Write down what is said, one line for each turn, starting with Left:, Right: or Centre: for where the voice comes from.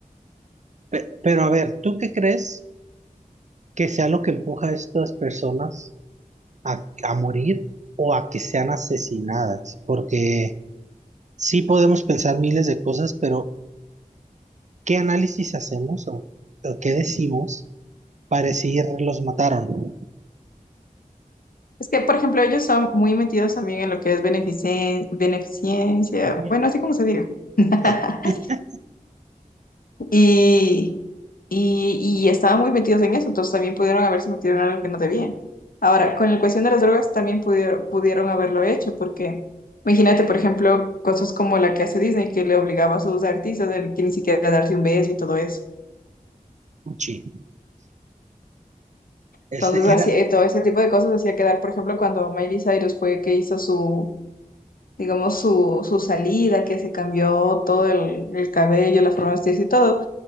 Right: pe- pero, a ver, ¿tú qué crees que sea lo que empuja a estas personas a, a morir o a que sean asesinadas? Porque sí podemos pensar miles de cosas, pero ¿qué análisis hacemos o, o qué decimos para decir los mataron?
Left: Es que, por ejemplo, ellos son muy metidos también en lo que es beneficen- beneficencia,
Right: Ujú.
Left: bueno, así como se diga. <laughs>
Right: Sí, <laughs>
Left: Y, y, y estaban muy metidos en eso, entonces también pudieron haberse metido en algo que no debían. Ahora, con la cuestión de las drogas también pudieron, pudieron haberlo hecho, porque imagínate, por ejemplo, cosas como la que hace Disney, que le obligaba a sus artistas a que ni siquiera darse un beso y todo eso.
Right: Gucci. Ese
Left: Entonces, así,
Right: era,
Left: eh, todo ese tipo de cosas hacía quedar, por ejemplo, cuando Miley Cyrus fue que hizo su, digamos, su, su salida, que se cambió todo el, el cabello, la forma de vestirse y todo.